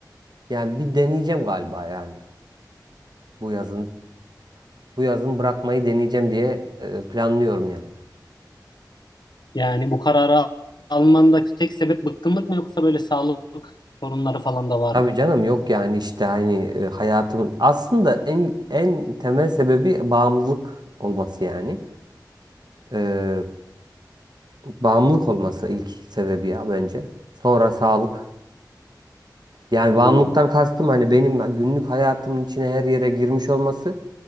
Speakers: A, on the right (about 70°); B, on the left (about 75°).
A: yani bir deneyeceğim galiba yani. Bu yazın bu yazın bırakmayı deneyeceğim diye eee, planlıyorum yani.
B: Yani bu kararı almandaki tek sebep bıkkınlık mı yoksa böyle sağlık sorunları falan da var
A: Tabii
B: mı?
A: canım yok yani işte hani e, hayatımın aslında en en temel sebebi bağımlılık olması yani. Eee, bağımlılık olması ilk sebebi ya bence. Sonra sağlık. Yani bağımlılıktan
B: Hmm,
A: kastım hani benim günlük hayatımın içine her yere girmiş olması.